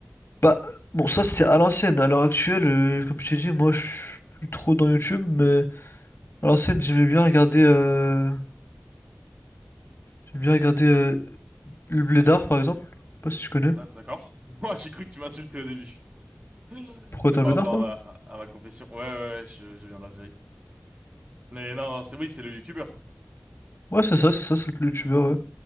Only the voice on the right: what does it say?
D'a- D'accord. <laughs> Moi, j'ai cru que tu m'insultais au début. <laughs>
C'est
par
rapport
à ma, à à ma confession. Ouais, ouais, ouais, je, je viens d'Algérie. Mais non, c'est oui, c'est le YouTuber.